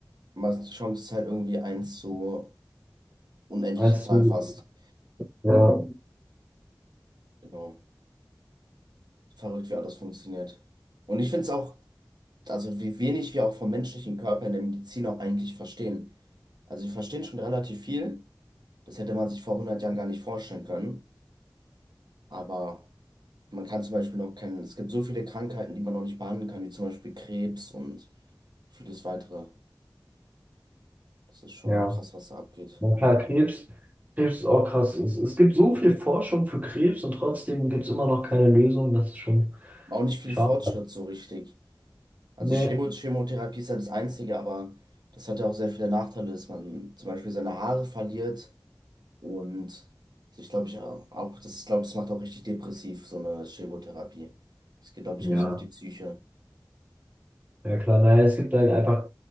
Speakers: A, on the right; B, on the right.
A: man die Chance ist halt irgendwie eins zu unendliche
B: Als
A: Zahl
B: du,
A: fast.
B: ja,
A: Genau. Verrückt, wie auch das funktioniert. Und ich finde es auch, also wie wenig wir auch vom menschlichen Körper in der Medizin auch eigentlich verstehen. Also wir verstehen schon relativ viel. Das hätte man sich vor hundert Jahren gar nicht vorstellen können. Aber Man kann zum Beispiel noch kennen, es gibt so viele Krankheiten, die man noch nicht behandeln kann, wie zum Beispiel Krebs und vieles weitere. Das ist schon
B: ja.
A: krass, was da abgeht.
B: Na klar, Krebs, Krebs ist auch krass. Es, es gibt so viel Forschung für Krebs und trotzdem gibt es immer noch keine Lösung. Das ist schon
A: Auch nicht viel
B: schade.
A: Fortschritt so richtig. Also
B: Nee,
A: Chemo Chemotherapie ist ja das Einzige, aber das hat ja auch sehr viele Nachteile, dass man zum Beispiel seine Haare verliert und ich glaube, ich auch, das ist, glaube das macht auch richtig depressiv, so eine Chemotherapie. Es geht, glaube
B: ja,
A: ich, richtig auf die Psyche.
B: ja klar. Naja, es gibt halt einfach,